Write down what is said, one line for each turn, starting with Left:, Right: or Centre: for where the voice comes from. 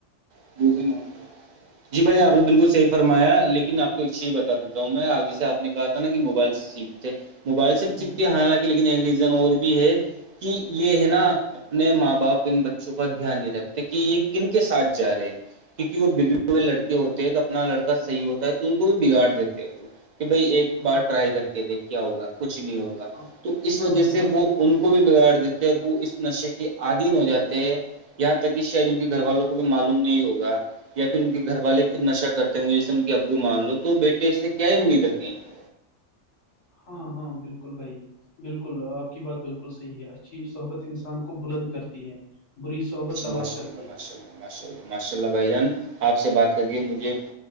Right: <unintelligible> جی بھائی ج آ نے بالکل صحی فرایا لیکن آپ کو ایک چیز بتا دیتا ہوں میں آپ جسے آپ نےا تھا نا کہ موبائل سے سیکھتے موبائل سےب
Left: ہوں
Right: سیکھتے حالانکہ لیکن ایک ریزن اور بھی ہے کہ یہ ہے نا اپنے ماں بپ ان بچوں کا دھیان نہیں رکھتے کہ یہ کن کے ساتھ جا رہے ہیں کیونک وہ ب لڑکے ہوتے ہیں کہ اپنا لڑکا صحیح ہوتا ہے تو ان کو بھی بگاڑ دیتے ہیں وہ کہ بھائی ایک بار
Left: ہاں
Right: ٹرائی کر کے دے کیا ہوگا کچھ نہیں ہوگا
Left: ہاں
Right: تو اس وجہ
Left: ہاں
Right: سے
Left: ہاں
Right: وہ ان کو بھی بگاڑ دیتے اور وہ اس نشے کے آدھیین ہو جاتے ہیں یہاں تک کہ شاید ان کے گھر والوں کو بھی معلوم نہیں ہوگا یا پھر ان کے گھر والے خود نش کرتے ہیں وہ جیے ان کے ابو مان لو تو بیٹے سے کیا امید رکھیں گے
Left: ہاں ہاں بالکل بھائی بالکل آپ کی بات بالکل صحیح ہے اچھی صحبت انسان کو بلند کرتی ہے بری صحبت
Right: جی
Left: تباہ
Right: ماشاء
Left: کرتی
Right: اللہ
Left: ہے
Right: ماشاء اللہ ماشاء اللہ ماشاء اللہ بھائی جان آپ سے بات کریے مجھے